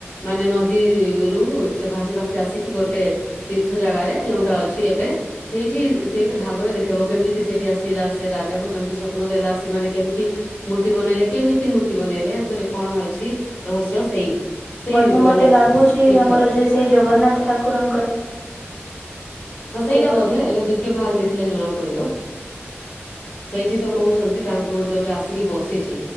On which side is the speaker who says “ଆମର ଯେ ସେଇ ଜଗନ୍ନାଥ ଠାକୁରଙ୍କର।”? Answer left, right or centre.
Centre